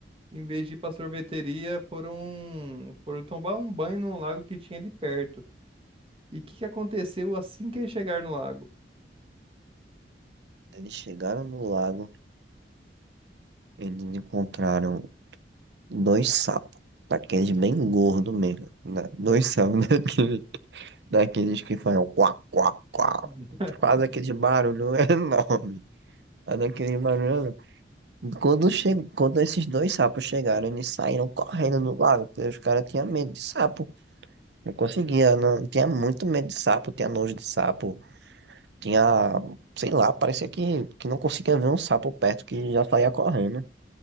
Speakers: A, on the right (about 30°); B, on the right (about 70°).
A: em vez de ir pra sorveteria, foram, foram tomar um banho num lago que tinha ali perto. E o que que aconteceu assim que eles chegaram no lago?
B: Eles chegaram no lago, eles encontraram dois sapos, daqueles bem gordos mesmo, né? Dois sapos <laughs> daqueles, daqueles que fazem quá, quá, quá,
A: <laughs>
B: faz aquele barulho <laughs> enorme, faz aquele barulho enorme. Quando, che... Quando esses dois sapos chegaram, eles saíram correndo no lago, porque os caras tinham medo de sapo, não conseguia, não... tinha muito medo de sapo, tinha nojo de sapo, tinha, sei lá, parecia que, que não conseguia ver um sapo perto, que já saía correndo.